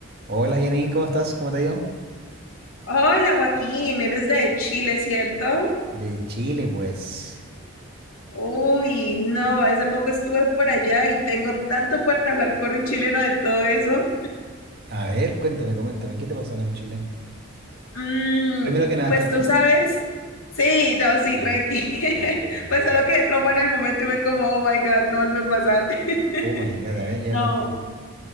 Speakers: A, on the right; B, on the left.
A: Hola Janine, ¿cómo estás? ¿Cómo te ha ido?
B: Hola Joaquín, eres de Chile, ¿cierto?
A: De Chile, pues.
B: Uy, no, hace poco estuve por allá y tengo tanto por hablar con un chileno de todo eso.
A: A ver, cuéntame, coméntame, ¿qué te pasó acá en Chile?
B: Mm,
A: Primero que nada,
B: pues
A: ¿estás bien?
B: tú sabes, sí, no, sí,
A: Ya,
B: tranqui. <laughs>
A: ya, qué bien,
B: Pues
A: ya.
B: solo quedé trauma en el momento y me como, oh my God, no vuelve a pasar. <laughs>
A: Oh my God, a ver, ya
B: No,
A: cuéntame.